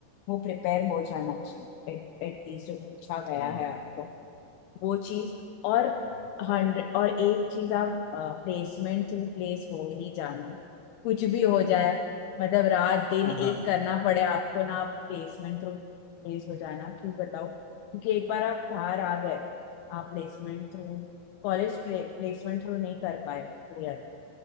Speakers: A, on the left (about 75°); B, on the left (about 55°).
A: वो प्रिपेयर हो जाना चाहिए एटलीस्ट जो पूछा गया
B: हाँ
A: है आपको वो चीज और
B: अच्छा
A: हंड्रेड और एक चीज आप प्लेसमेंट टू प्लेस हो ही जाना कुछ भी हो जाए मतलब रात दिन
B: हाँ
A: एक
B: हाँ
A: करना पड़े आपको ना आप प्लेसमेंट थ्रू प्लेस हो जाना क्यों बताओ क्योंकि एक बार आप बाहर आ गए आप placement through college placement through नहीं कर पाए क्लियर